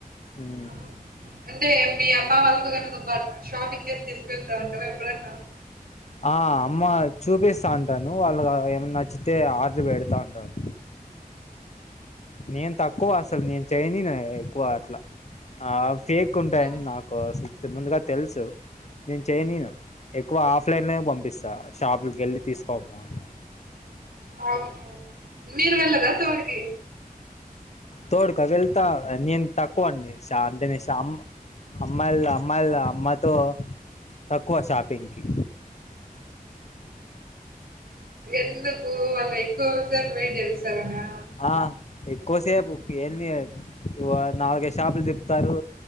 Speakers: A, on the left; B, on the right.
A: ఊ
B: ఆహా! అంటే మీ అమ్మ మరదలను బ షాపింగ్ చేసి తీసుకువెళ్తావుంటార ఎప్పుడన్నా
A: ఆ అమ్మ చూపిస్తా ఉంటాను వాళ్ళ ఏమన్నా నచ్చితే ఆర్డర్ పెడతా ఉంటాారు నేను తక్కువ అసలు నేను చేయనియను ఎక్కువ అట్లా ఆ ఫేక్ ఉంటాయని
B: ఆహా!
A: నాకు సుతి ముందుగా తెలుసు నేను చేయనిను ఎక్కువ ఆఫ్లైన్ లో పంపిస్తా షాపులకు వెళ్ళి తీసుకో పో అని
B: అవును మీరు వెెళ్ళర తోడికి
A: తోడుక వెళ్తా నేను తక్కువ అండి శామ్ దీని శామ్ అమ్మాయిల అమ్మాయిలు అమ్మతో తక్కువ షాపింగ్ కి
B: ఎందుకు వాళ్ళు ఎక్కువ సేపు వెయిట్ చేపిసారనా
A: ఆ ఎక్కువసేపు ఏంది అది ఇగ నాలుగైదు షాపులు తిప్తారు